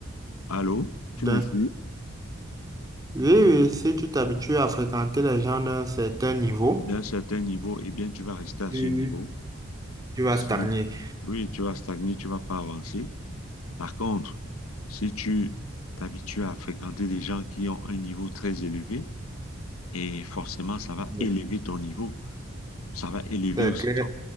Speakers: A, on the left (about 80°); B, on the right (about 15°).
A: allô,
B: d'un-
A: tu me suis,
B: Oui, oui, si tu t'habitues à fréquenter les gens d'un certain niveau,
A: d'un certain niveau, eh bien, tu vas rester à
B: tu,
A: ce niveau.
B: tu vas
A: Si,
B: stagner.
A: oui, tu vas stagner, tu vas pas avancer. Par contre, si tu t'habitues à fréquenter des gens qui ont un niveau très élevé, et forcément, ça va
B: Oui.
A: élever ton niveau. Ça va élever
B: C'est
A: aussi
B: clair,
A: ton,